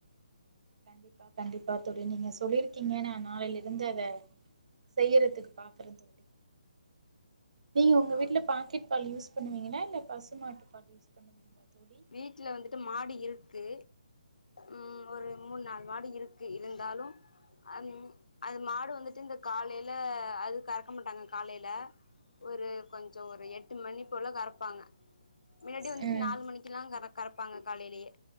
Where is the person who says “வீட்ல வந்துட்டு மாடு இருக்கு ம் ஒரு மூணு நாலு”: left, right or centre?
Left